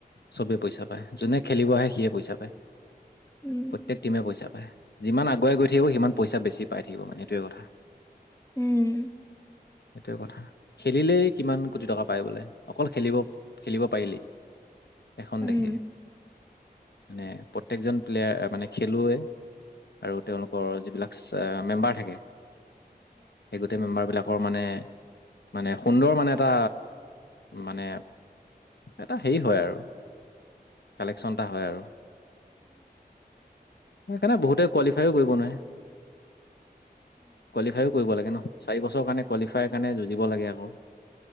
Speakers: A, on the left; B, on the left.
A: চবেই পইচা পায়, যোনে খেলিব আহে সিয়ে পইচা পায়।
B: উম
A: প্ৰত্যেক টিমে পইচা পায়, যিমান আগুৱাই গৈ থাকিব সিমান পইচা বেছি পাই থাকিব মানে এইটোৱে কথা।
B: উম।
A: সেইটোৱে কথা, খেলিলেই কিমান কোটি টকা পায় বোলে অকল খেলিব খেলিব পাৰিলেই। এখন
B: উম
A: দেশে, মানে প্ৰত্যেকজন প্লেয়াৰ মানে খেলুৱৈ আৰু তেওঁলোকৰ যিবিলাক অ', মেম্বাৰ থাকে। সেই গোটেই মেম্বাৰ বিলাক ৰ মানে মানে সুন্দৰ মানে এটা মানে এটা হে হয় আৰু। কালেকচন এটা হয় আৰু। সেইকাৰণে বহুতে কোৱালিফাইয়ো কৰিব নোৱাৰে। কোৱালিফাইও কৰিব লাগে ন। চাৰি বছৰ কাৰণে কোৱালিফাইৰ কাৰণে যুঁজিব লাগে আকৌ।